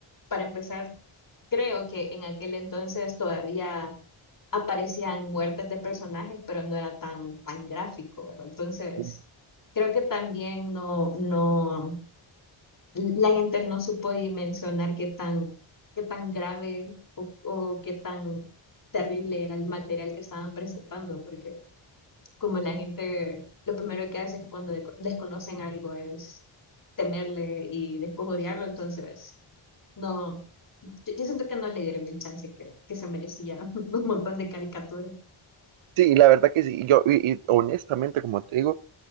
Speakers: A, on the left; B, on the right.
A: Para empezar, Creo que en aquel entonces todavía aparecían muertes de personajes, pero no era tan, tan gráfico, ¿verdad? Entonces,
B: Mm.
A: creo que también no, no, la gente no supo dimensionar qué tan, qué tan grave o, o qué tan terrible era el material que estaban presentando, porque como la gente, lo primero que hace es cuando de- desconocen algo es temerle y después odiarlo, entonces... No, yo, yo siento que no le dieron el chance que, que se merecía <laughs> un montón de caricaturas.
B: Sí, la verdad que sí. Yo, y, y honestamente, como te digo,